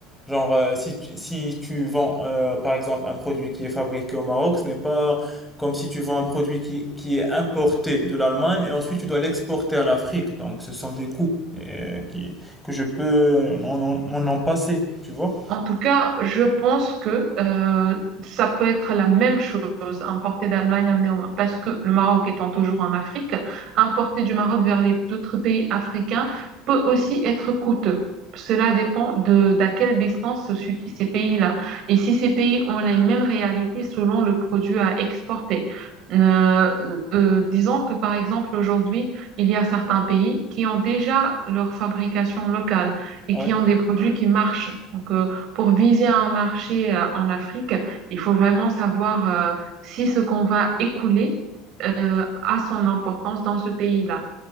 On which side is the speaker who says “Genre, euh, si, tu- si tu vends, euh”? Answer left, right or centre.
Centre